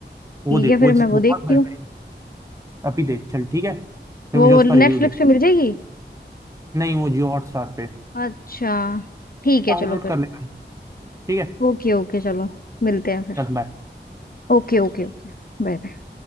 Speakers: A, on the right (about 15°); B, on the left (about 50°).
A: वो
B: ठीक
A: देख
B: है फिर
A: वो जिस-
B: मैं
A: बहुत
B: वो देखती
A: बेहतरीन
B: हूँ
A: अभी देख चल ठीक है फिर
B: वो
A: मुझे उसका
B: नेटफ्लिक्स
A: रिव्यू दे
B: पे मिल जाएगी
A: नहीं वो जियो हॉटस्टार पे
B: अच्छा ठीक है
A: डाउनलोड
B: चलो फिर
A: कर लेना ठीक है
B: ओके ओके चलो मिलते हैं फिर
A: चल बाय
B: Okay okay okay bye bye